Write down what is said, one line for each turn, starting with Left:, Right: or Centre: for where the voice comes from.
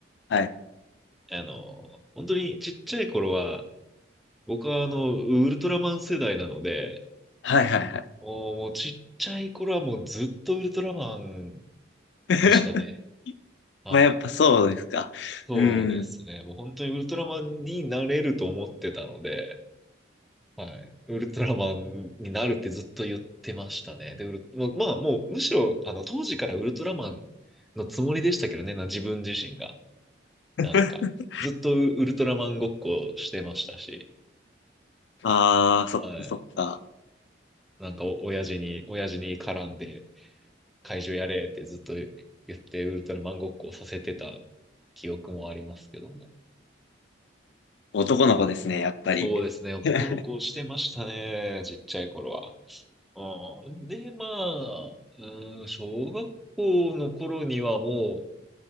Left: はい。
Centre: あの、本当にちっちゃい頃は、僕はあの、ウルトラマン世代なので、
Left: はいはいはい。
Centre: もう、もうちっちゃい頃はもうずっとウルトラマン
Left: <laughs>
Centre: でしたね。はい。
Left: まあやっぱそうですか。
Centre: そうですね。
Left: うん。
Centre: もう本当にウルトラマンになれると思ってたので、はい。ウルトラマンになるってずっと言ってましたね。で、ウル、もうまあ、もう、むしろ、あの、当時からウルトラマンのつもりでしたけどね、な、自分自身が。
Left: <laughs>
Centre: なんか、ずっとウウルトラマンごっこしてましたし、
Left: ああ、そっかそっか。
Centre: はい。なんかお、親父に、親父に絡んで、怪獣やれってずっと言って、ウルトラマンごっこをさせてた記憶もありますけども。
Left: 男の子ですね、やっぱり。
Centre: そうですね、男の子をしてましたね、
Left: <laughs>
Centre: ちっちゃい頃は。ああ、で、まあ、うん、小学校の頃にはもう、